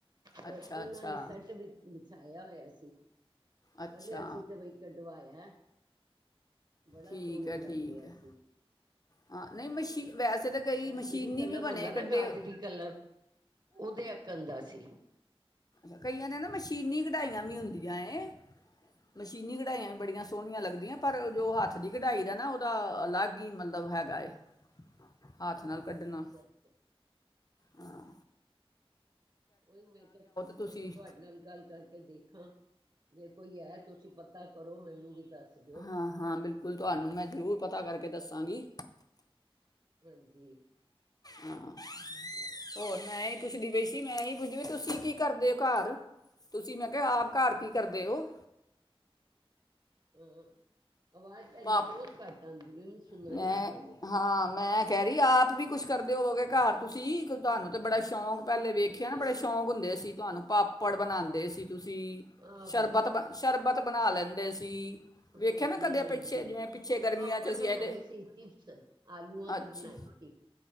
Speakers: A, on the right; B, on the left.
A: ਤੇ
B: ਅੱਛਾ
A: ਉਹਨਾਂ
B: ਅੱਛਾ
A: ਨੇ ਸੈੱਟ ਵੀ ਵਿੱਚ ਛਾਇਆ ਹੋਇਆ ਸੀ ਕਹਿੰਦੇ,
B: ਅੱਛਾ
A: ਅਸੀਂ ਤੇ ਬਈ ਕਢਵਾਇਆ। ਹੈਂ, ਬੜਾ
B: ਠੀਕ
A: ਸੋਹਣਾ
B: ਹੈ
A: ਲੱਗ
B: ਠੀਕ
A: ਰਿਹਾ
B: ਹੈ
A: ਸੀ,
B: ਹਾਂ ਨਹੀਂ
A: ਔਰ
B: ਮਸ਼ੀ ਵੈਸੇ ਤਾਂ ਕਈ
A: ਗਾਜਰੀ
B: ਮਸ਼ੀਨੀ
A: ਕਲਰ
B: ਵੀ ਬਣੇ
A: ਹੁੰਦਾ ਨਾ,
B: ਕੱਢੇ
A: ਗਾਜਰੀ ਕਲਰ ਉਹਦੇ ਅਕਣ ਦਾ ਸੀ।
B: ਅੱ ਕਈਆਂ ਨੇ ਨਾ, ਮਸ਼ੀਨੀ ਕਢਾਈਆਂ ਵੀ ਹੁੰਦੀਆਂ ਇਹ ਮਸ਼ੀਨੀ ਕਢਾਈਆਂ ਵੀ
A: ਹਾਂ
B: ਬੜੀਆਂ ਸੋਹਣੀਆਂ ਲੱਗਦੀਆਂ। ਪਰ ਜੋ ਹੱਥ ਦੀ ਕਢਾਈ, ਦਾ ਨਾ ਉਹਦਾ ਅਲੱਗ ਹੀ ਮਤਲਬ ਹੈਗਾ ਏ। ਹੱਥ ਨਾਲ ਕੱਢਣਾ
A: ਅੱਛਾ ਅੱਛਾ
B: ਹਾਂ
A: ਉਹੀ ਮੈਂ ਕਿਹਾ,
B: ਤੁਸੀਂ
A: ਚਲੋ ਤੁਹਾਡੇ ਨਾਲ ਗੱਲ ਕਰਕੇ ਦੇਖਾਂ ਜੇ ਕੋਈ ਹੈ ਤੁਸੀਂ ਪਤਾ ਕਰੋ ਮੈਨੂੰ ਵੀ ਦੱਸ ਦਿਓ
B: ਹਾਂ -ਹਾਂ ਬਿਲਕੁਲ ਤੁਹਾਨੂੰ ਮੈਂ ਜ਼ਰੂਰ ਪਤਾ ਕਰਕੇ ਦੱਸਾਂਗੀ।
A: ਹਾਂਜੀ
B: ਹਾਂ ਹੋਰ ਮੈਂ ਇਹ ਪੁੱਛਦੀ ਪਈ ਸੀ, ਮੈ ਹੁਣ ਜਿਵੇਂ ਤੁਸੀਂ ਕੀ ਕਰਦੇ
A: ਹੈਂ
B: ਉਹ ਘਰ? ਤੁਸੀਂ, ਮੈਂ ਕਿਹਾ ਆਪ ਘਰ ਕੀ ਕਰਦੇ ਹੋ?
A: ਹਮ ਆਵਾਜ਼ ਤੈਡੀ
B: ਪਾਪ
A: ਬਹੁਤ ਘੱਟ ਆਉਂਦੀ, ਮੈਨੂੰ ਸੁਣਾਈ
B: ਮੈਂ
A: ਨਹੀਂ ਦੇ ਰਿਹਾ।
B: ਹਾਂ ਮੈਂ ਕਹਿ ਰਹੀ, ਆਪ ਵੀ ਕੁੱਛ ਕਰਦੇ ਹੋਵੋਗੇ ਘਰ ਤੁਸੀਂ? ਤੁਹਾਨੂੰ ਤੇ
A: ਮੈਂ
B: ਬੜਾ ਸ਼ੌਂਕ,
A: ਬਸ
B: ਪਹਿਲੇ
A: ਕੁਛ
B: ਵੇਖਿਆ
A: ਵੀ ਨਹੀਂ
B: ਨਾ ਬੜੇ ਸ਼ੌਕ ਹੁੰਦੇ ਸੀ, ਤੁਹਾਨੂੰ ਪਾਪੜ ਬਣਾਉਂਦੇ ਸੀ, ਤੁਸੀਂ
A: ਆਹੋ
B: ਸ਼ਰਬਤ -ਸ਼ਰਬਤ ਬਣਾ ਲੈਂਦੇ ਸੀ। ਵੇਖਿਆ
A: ਹਾਂਜੀ-
B: ਨਾ ਕਦੇ
A: ਹਾਂਜੀ
B: ਪਿੱਛੇ ਜਿਵੇਂ ਪਿੱਛੇ ਗਰਮੀਆਂ
A: ਪਾਪੜ
B: 'ਚ ਅਸੀਂ
A: ਬਣਾਏ
B: ਆਏ ਤੇ
A: ਸੀ, ਚਿਪਸ ਆਲੂਆਂ
B: ਅੱਛਾ
A: ਦੇ ਬਣਾਏ ਸੀ।